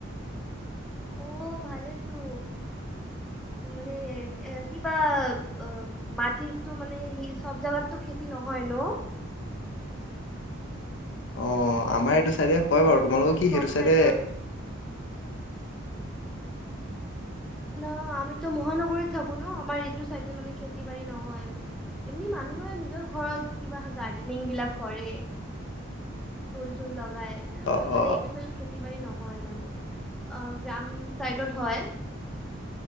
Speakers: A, in the centre; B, on the left.
A: অ ভালেইতো মানে এ কিবা অ মাটিতো মানে সি চব জাগাততো খেতি নহয় ন
B: অ আমাৰ এইটো চাইডে হয় বাৰু
A: চব
B: তোমালোকৰ কি
A: চব
B: সেইটো চাইডে
A: টাইপৰ <inaudible> না আমিতো মহানগৰীত থাকো ন আমাৰ এইটো চাইডে মানে খেতি-বাৰী নহয়। এনে মানুহে নিজৰ ঘৰত কিবা গাৰ্ডেনিং বিলাক কৰে ফুল-চুল লগায় এম
B: অ',
A: মানে
B: অ',
A: এইটো চাইডত খেতি বাৰী নহয় মানে, অ' গ্ৰাম চাইডত হয়।